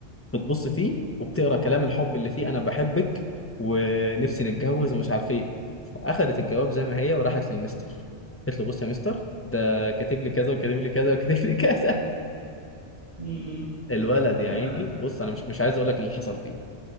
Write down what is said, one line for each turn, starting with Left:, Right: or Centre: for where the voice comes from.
Left: بتبص فيه وبتقرا كلام الحب اللي فيه انا بحبك ونفسي نتجوز ومش عارف ايه فاخدت الجواب زي ما هي وراحت للمستر قالت له بص يا مستر ده كاتب لي كذا وكاتب لي كذا وكاتب لي كذا
Right: م- م.
Left: <laughs> الولد
Right: احلى
Left: يا عيني
Right: مقلب
Left: بص انا مش مش عايز اقول لك اللي حصل فيه